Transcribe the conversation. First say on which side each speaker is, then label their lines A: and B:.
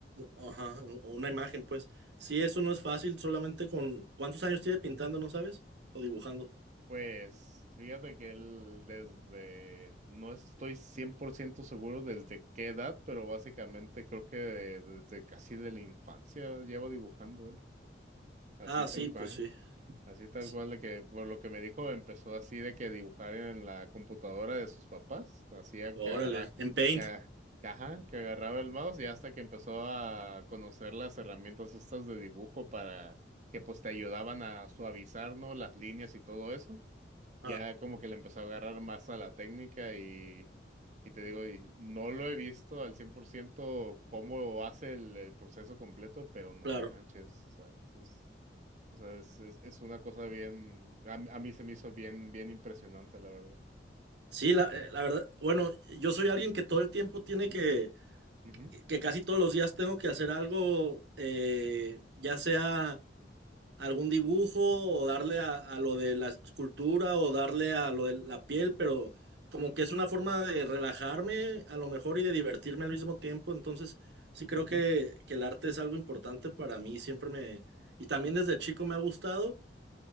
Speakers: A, on the right; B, on the right.
A: Ajá, u- una imagen, pues. Sí, eso no es fácil, solamente con... ¿Cuántos años tiene pintando, no sabes? ¿O dibujando?
B: Pues fíjate que él desde, no estoy 100% seguro desde qué edad, pero básicamente creo que de- desde casi de la infancia lleva dibujando él. Así
A: Ah,
B: tal
A: sí,
B: cual,
A: pues sí.
B: así tal
A: S-
B: cual de que por lo que me dijo empezó así de que dibujar en la computadora de sus papás, hacía
A: Órale,
B: que agarra,
A: en Paint.
B: que, a- que ajá, que agarraba el mouse y hasta que empezó a conocer las herramientas estas de dibujo para que pues te ayudaban a suavizar, ¿no? Las líneas y todo eso.
A: Ah,
B: Ya como que le empezó a agarrar más a la técnica y, y te digo, y no lo he visto al 100% cómo hace el, el proceso completo, pero no
A: claro.
B: manches, ¿sabes? O sea, es, es, es una cosa bien, a, a mí se me hizo bien, bien impresionante, la verdad.
A: Sí, la, eh, la verdad, bueno, yo soy alguien que todo el tiempo tiene que,
B: Ujú,
A: que casi todos los días tengo que hacer algo, eh, ya sea algún dibujo o darle a, a lo de la escultura o darle a lo de la piel, pero como que es una forma de relajarme a lo mejor y de divertirme al mismo tiempo. Entonces, sí creo
B: ujú,
A: que, que el arte es algo importante para mí, siempre me... Y también desde chico me ha gustado.